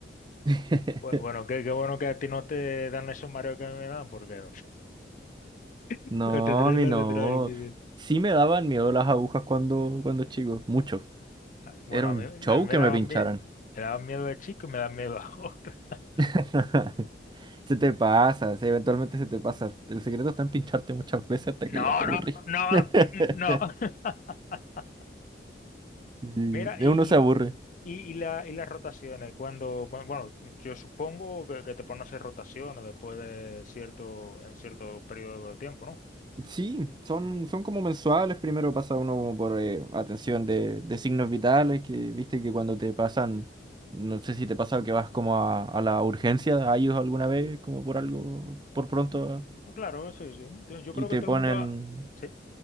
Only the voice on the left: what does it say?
pues bueno, qué, qué bueno que a ti no te dan esos mareos que a mí me dan, porque <laughs>
lo tendré,
lo
tendré difícil.
Ah, Bueno,
a
mí,
a mí me
daban
miedo, me daban miedo de chico y me dan miedo ahora. <laughs>
No,
no, no,
no, no. mm, mm, no. <laughs>
Mira,
y,
y, y, y la, y las rotaciones, cuando, cuan- bueno, yo supongo que, que te ponen a hacer rotaciones después de cierto, en cierto periodo de tiempo, ¿no?
Mm, Claro, sí, sí. Entonces, Yo
creo
que todo
el mundo va- Sí.